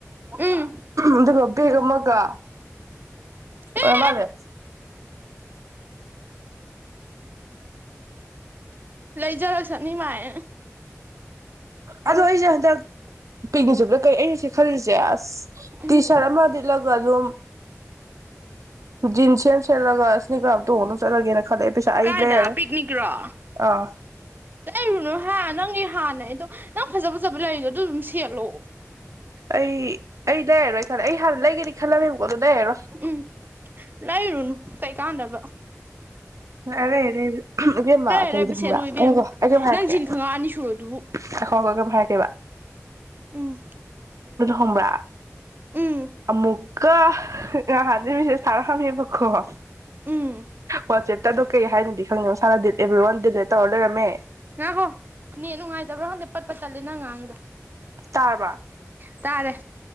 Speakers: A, on the right; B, on the right.
A: ꯎꯝ
B: ꯑꯗꯨꯒ ꯕꯦꯒ ꯑꯃꯒ ꯑꯣꯏꯔ
A: ꯑꯦ
B: ꯃꯥꯜꯂꯦ
A: ꯂꯩꯖꯔꯒꯁꯅꯤꯃꯥꯏ
B: ꯑꯗꯣ ꯑꯩꯁꯦ ꯍꯟꯗꯛ ꯄꯤꯉ ꯆꯕꯗ ꯀꯩ ꯑꯩꯅ ꯁꯤ ꯈꯜꯂꯤꯁꯦ ꯑꯁ
A: ꯎꯝ
B: ꯇꯤ ꯁꯥꯔꯠ ꯑꯃ ꯂꯤꯠꯂꯒ ꯑꯗꯨꯝ ꯖꯤꯟꯁ ꯆꯂꯒꯁꯤꯅꯤ ꯀ ꯇꯨꯅ ꯆꯂꯒꯦꯅ ꯈꯗꯦ ꯄꯁꯏ
A: ꯀꯥꯏꯗ
B: ꯂꯩꯦ
A: ꯄꯤꯛꯅꯤꯛꯔꯣ
B: ꯑꯣ ꯑ
A: ꯂꯩꯔꯨꯅꯨ ꯍꯥ ꯅꯪꯒꯤ ꯍꯥꯟꯅꯩ ꯑꯗꯣ ꯅꯪ ꯐꯖ ꯐꯖꯕ ꯂꯩꯔꯤꯗꯣ ꯑꯗꯨ ꯑꯗꯨꯝ ꯁꯦꯠꯂꯣ
B: ꯑꯩ ꯑꯩ ꯂꯩꯔꯔꯣꯏ ꯑꯩ ꯍꯥꯟꯅ ꯂꯩꯒ‌ꯦꯗꯤ ꯈꯜꯂꯝꯃꯤꯕ ꯑꯗ‌ꯣ ꯂꯩꯔꯔꯣꯏ
A: ꯎꯝ ꯂꯩꯔꯨꯅꯨ ꯀꯩ ꯀꯥꯟꯗꯕ
B: ꯍ‌ꯣꯏ ꯑꯔꯩ ꯑꯔꯩꯕ ꯏꯕꯦꯝꯃ ꯀꯔꯤꯗꯣ
A: ꯑꯔꯩꯕ ꯁꯦꯠꯂꯨ
B: ꯈꯪꯕ꯭ꯔꯥ
A: ꯏꯕꯦꯝꯃ
B: ꯑꯩ ꯑꯩ ꯀꯩꯅ‌ꯣꯝ ꯍꯥꯏꯔꯛꯀꯦ
A: ꯅꯪ ꯖꯤꯟ ꯈꯪꯉꯥ ꯑꯅꯤ ꯁꯨꯔꯗꯨꯕꯨ
B: ꯉꯥꯏꯈ‌ꯣ ꯉꯥꯏꯈ‌ꯣ ꯑꯩ ꯀꯩꯅ‌ꯣꯝ ꯍꯥꯏꯔꯛꯀꯦꯕ
A: ꯎꯝ
B: ꯈꯪꯕꯔ
A: ꯎꯝ
B: ꯑꯃꯨꯛ ꯀ ꯑ ꯍꯥꯟꯗꯩ ꯃ‌ꯦꯁꯦꯁ ꯊꯥꯔꯛꯑꯝꯃ‌ꯦꯕꯀ‌ꯣ
A: ꯎꯝ
B: ꯋꯥꯆꯦꯞ ꯑꯗꯨ ꯀꯩ ꯍꯥꯏꯅ‌ꯣꯗꯤ ꯈꯪꯗꯕ ꯃꯁꯥꯅ ꯑꯦꯕ꯭ꯔꯤ ꯋꯥꯟ ꯗꯦꯂꯦ ꯇꯧꯔ ꯂꯩꯔꯝꯃꯦ
A: ꯉꯥꯏꯈ‌ꯣ ꯅ‌ꯦꯠ ꯅꯨꯡꯉꯥꯏꯇꯕ꯭ꯔ ꯈꯪꯗꯦ ꯄꯠꯄꯠ ꯇꯠꯂꯦ ꯅꯪ ꯉꯥꯡꯉꯤꯗꯣ
B: ꯇꯔꯕ
A: ꯇꯥꯔꯦ